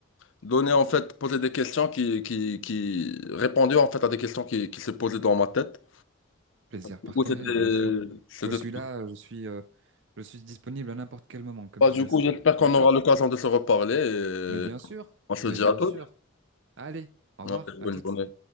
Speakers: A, on the left; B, on the right.
A: donné, en fait, posé des questions qui, qui, qui... répondu, en fait, à des questions qui, qui se posaient dans ma tête.
B: Plaisir partagé,
A: Du coup, c'était...
B: bien sûr.
A: c'était-
B: Je suis là, je suis euh, Je suis disponible à n'importe quel moment, comme
A: Bah,
B: tu
A: du
B: le
A: coup,
B: sais.
A: j'espère qu'on
B: D'accord?
A: aura l'occasion de se reparler et
B: Mais bien sûr,
A: on se
B: mais
A: dit
B: bien
A: à toutes.
B: sûr. Allez, au
A: Ouais,
B: revoir, à
A: bonne
B: toutes.
A: journée.